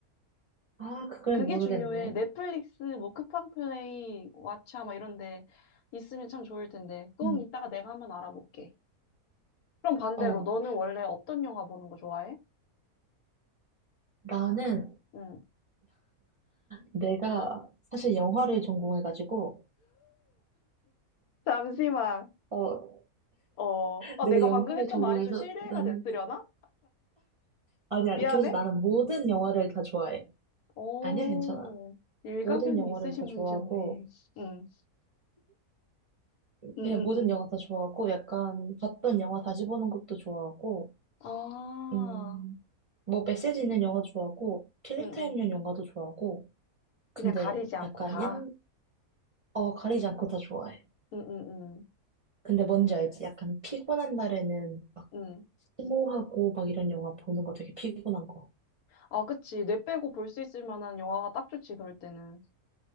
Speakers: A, on the right (about 35°); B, on the left (about 80°).
A: 아, 그걸
B: 그게
A: 모르겠네.
B: 중요해. 넷플릭스, 뭐, 쿠팡플레이, 왓챠, 막 이런 데 있으면 참 좋을 텐데. 그건
A: 응,
B: 이따가 내가 한번 알아볼게. 그럼 반대로,
A: 어,
B: 너는 원래 어떤 영화 보는 거 좋아해?
A: 나는
B: 음.
A: 내가 사실 영화를 전공해가지고,
B: 잠시만.
A: 어,
B: 어, 어,
A: 내가
B: 내가
A: 영화를
B: 방금 했던
A: 전공해서
B: 말이 좀 실례가
A: 나는,
B: 됐으려나?
A: 아니, 아니,
B: 미안해.
A: 그래서 나는 모든 영화를 다 좋아해.
B: 오,
A: 아니야, 괜찮아.
B: 일가견이
A: 모든 영화를
B: 있으신
A: 다 좋아하고,
B: 분이셨네. 응, 응,
A: 그냥
B: 응,
A: 모든
B: 응.
A: 영화 다 좋아하고, 약간 봤던 영화 다시 보는 것도 좋아하고,
B: 아,
A: 음, 뭐 메시지 있는 영화도 좋아하고, 킬링타임용
B: 응, 응.
A: 영화도 좋아하고, 근데
B: 그냥 가리지 않고
A: 약간
B: 다.
A: 옛, 어, 가리지 않고 다 좋아해.
B: 응, 응, 응,
A: 근데 뭔지 알지? 약간 피곤한 날에는 막
B: 응.
A: 스모하고 막 이런 영화 보는 거 되게 피곤한 거.
B: 아, 그치. 뇌 빼고 볼 수 있을 만한 영화가 딱 좋지, 그럴 때는.